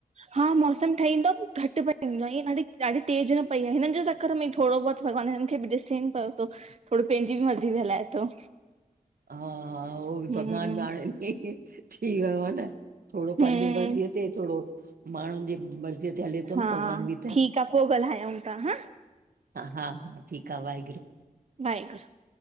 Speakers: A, on the right; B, on the right.
A: हा मोस सम ठहींदो घटि पईंदो आ ईअं ॾाढी ॾाढी तेज़ न पई आहे हिननि जे चक्कर में थोड़ो बहुत भॻवान हिननि खे बि ॾिसेनि। पऊ तो थोड़ो पेंजी बि मर्ज़ी बि हलाए थो।
B: हा हा उहो बि
A: हम्म
B: भॻवान ॾाणे थी, थी वयो आ न थोड़ो
A: हम्म
B: पांजी मरजीअ ते थोड़ो माण्हुनि जे मर्ज़ी ते हले। थो
A: हा
B: न भॻवान बि त
A: ठीक आ पो ॻल्हायूं ता हं।
B: हा हा ठीक आ वाहेगुरु।
A: वाहेगुरु।